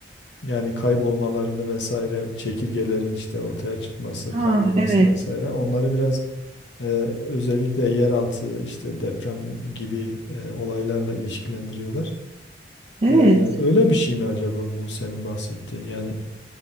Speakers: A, on the left; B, on the right.
A: Yani kaybolmalarını vesaire, çekirgelerin işte ortaya çıkması,
B: Ah,
A: kaybolması
B: evet,
A: vesaire. Onları biraz e, özellikle yeraltı işte deprem gibi e, olaylarla ilişkilendiriyorlar.
B: evet.
A: E, öyle bir şey mi acaba bu senin bahsettiğin? Yani